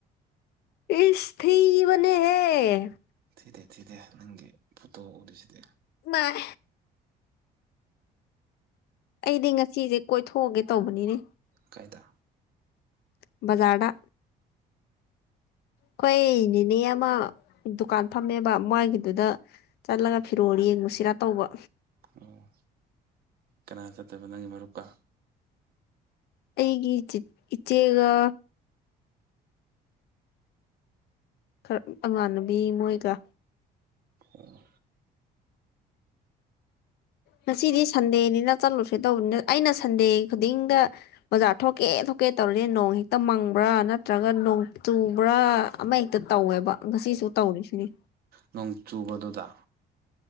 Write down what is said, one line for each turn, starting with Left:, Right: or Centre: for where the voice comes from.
Left: ꯏꯁ ꯊꯤꯕꯅꯦꯍꯦ
Right: ꯊꯤꯗꯦ ꯊꯤꯗꯦ ꯅꯪꯒꯤ ꯐꯣꯇꯣ ꯎꯔꯤꯁꯤꯗꯤ
Left: ꯏꯃꯥꯏ ꯑꯩꯗꯤ ꯉꯁꯤꯖꯦ ꯀꯣꯏꯊꯣꯛꯎꯒꯦ ꯇꯧꯕꯅꯤꯅꯦ
Right: ꯀꯥꯏꯗ
Left: ꯕꯖꯥꯔꯗ ꯈꯣꯏ ꯅꯦꯅꯦ ꯑꯃ ꯗꯨꯀꯥꯟ ꯐꯝꯃꯦꯕ ꯃꯥꯒꯤꯗꯨꯗ ꯆꯠꯂꯒ ꯐꯤꯔꯣꯜ ꯌꯦꯡꯉꯨꯁꯤꯔ ꯇꯧꯕ
Right: ꯑꯣ ꯀꯅꯥ ꯆꯠꯇꯨꯏꯕ ꯅꯪꯒꯤ ꯃꯔꯨꯞꯀ
Left: ꯑꯩꯒꯤ ꯆꯤꯠ ꯏꯆꯦꯒ ꯈꯔ ꯑꯃꯥꯟꯅꯕꯤ ꯃꯣꯏꯒ
Right: ꯑꯣ
Left: ꯉꯁꯤꯗꯤ ꯁꯟꯗꯦꯅꯤꯅ ꯆꯠꯂꯨꯁꯦ ꯇꯧꯕꯅꯤꯗ ꯑꯩꯅ ꯁꯟꯗꯦ ꯈꯨꯗꯤꯡꯗ ꯕꯖꯥꯔ ꯊꯣꯛꯀꯦ ꯊꯣꯛꯀꯦ ꯇꯧꯔꯗꯤ ꯅꯣꯡ ꯍꯦꯛꯇ ꯃꯪꯕ꯭ꯔꯥ ꯅꯠꯇ꯭ꯔꯒ ꯅꯣꯡ ꯆꯨꯕ꯭ꯔꯥ ꯑꯃ ꯍꯦꯛꯇ ꯇꯧꯋꯦꯕ ꯉꯁꯤꯁꯨ ꯇꯧꯔꯤꯁꯤꯅꯤ
Right: ꯅꯣꯡ ꯆꯨꯕ ꯑꯗꯨꯗ